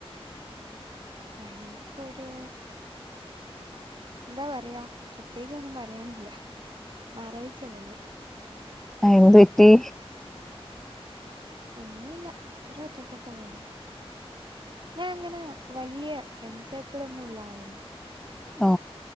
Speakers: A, on the right; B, in the centre.
A: ലൈഫ് ഒരു എന്താ പറയാ പ്രത്യേകിച്ചൊന്നും പറയാനില്ല മരവിച്ച പോലെയ
B: അ എന്ത് പറ്റി
A: ഒന്നുല്ല ഒരൊറ്റപ്പെട്ട പോല ഞാൻ അങ്ങനെ വലിയ ഫ്രണ്ട് സേർക്കിളൊന്നും ഉള്ള ആളല്ല
B: ഓ